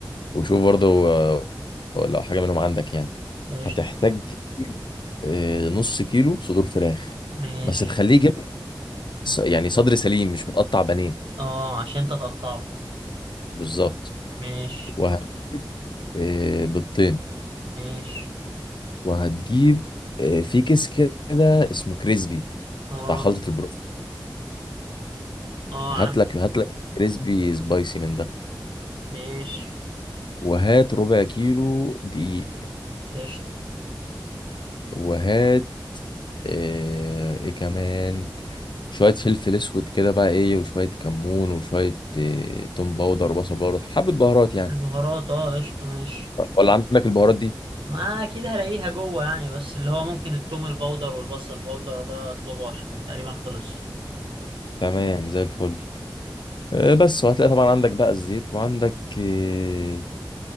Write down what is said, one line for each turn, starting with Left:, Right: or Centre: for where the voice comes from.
Left: وشوف برضو اه، لو حاجه منهم عندك يعني
Right: قشطه
Left: هتحتاج تجيب آه، نص كيلو صدور فراخ
Right: ماشي
Left: بس تخليه يجيب ص- يعني صدر سليم مش متقطع بانيه
Right: اه عشان تتقطعه
Left: بالظبط
Right: ماشي
Left: وهت... آه، بيضتين
Right: ماشي
Left: وهتجيب آه، في كيس كده اسمه كريسبي
Right: اه
Left: بتاع خلطة البروست
Right: اه
Left: هات
Right: عارف
Left: لك هات لك كريسبي سبايسي من ده
Right: ماشي
Left: وهات ربع كيلو دقيق
Right: قشطة
Left: وهات آه، ايه كمان شوية فلفل اسود كده بقى ايه وشوية كمون وشوية آه، توم باودر وبصل باودر حبة بهارات يعني
Right: البهارات اه قشطة ماشي
Left: ولا عندك البهارات دي
Right: ما اكيد هلاقيها جوه يعني بس اللي هو ممكن التوم البودر والبصل البودر ده اطلبه عشان تقريبا خلص
Left: تمام زي الفل آه، بس وهتلاقي طبعا عندك بقى الزيت وعندك آه،